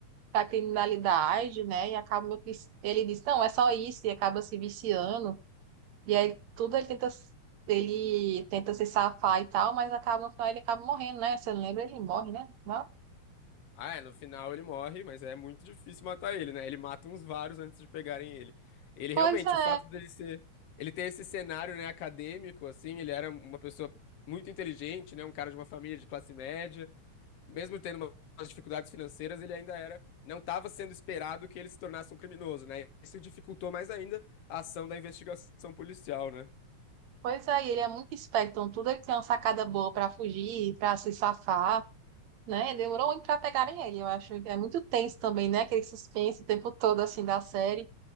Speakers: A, on the right (about 70°); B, on the left (about 65°).
A: pra criminalidade, né? E acaba... meio que- Ele diz, não, é só isso, e acaba se viciando. E aí tudo ele tenta, ele tenta se safar e tal, mas acaba no final ele acaba morrendo, né? Você lembra? Ele morre, né? Não?
B: Ah, é, no final ele morre, mas é muito difícil matar ele, né? Ele mata uns vários antes de pegarem ele. Ele
A: Pois
B: realmente,
A: é,
B: o fato dele ser, ele ter esse cenário, né, acadêmico, assim, ele era uma pessoa muito inteligente, né, um cara de uma família de classe média, mesmo tendo uma- umas dificuldades financeiras, ele ainda era, não estava sendo esperado que ele se tornasse um criminoso, né? Isso dificultou mais ainda a ação da investigação policial, né?
A: pois é, e ele é muito esperto, então tudo ele tem uma sacada boa pra fugir, pra se safar, né? Demorou muito pra pegarem ele, eu acho. que É muito tenso também, né? Aquele suspense o tempo todo assim da série.